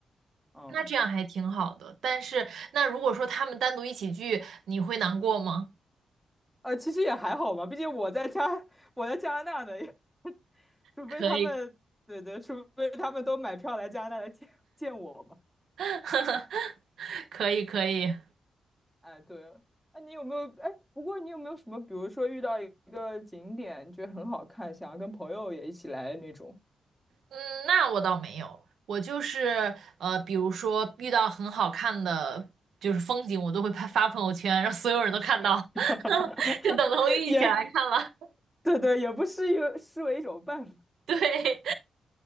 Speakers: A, in the centre; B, on the right.
A: 嗯，
B: 那这样还挺好的。但是，那如果说他们单独一起聚，你会难过吗？
A: 呃，其实也还好嘛，毕竟我在加我在加拿大呢，也 <laughs> 除非他们，
B: 可以，
A: 对对，除非他们都买票来加拿大来见 <laughs> 见我嘛。
B: <laughs> 可以，可以。
A: 哎，对了，哎，你有没有？哎，不过你有没有什么，比如说遇到一个景点，你觉得很好看，想要跟朋友也一起来那种？
B: 嗯，那我倒没有，我就是呃，比如说遇到很好看的就是风景，我都会拍发朋友圈，让所有人都看到，
A: <laughs>
B: <laughs> 就等同于一起来看了。
A: 也
B: <laughs>
A: 对对，也不是一个视为一种办法。
B: 对，